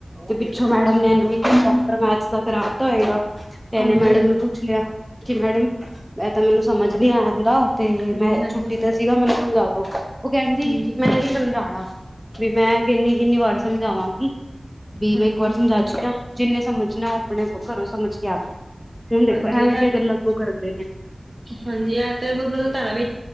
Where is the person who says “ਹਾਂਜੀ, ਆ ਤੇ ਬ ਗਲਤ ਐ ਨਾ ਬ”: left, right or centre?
Right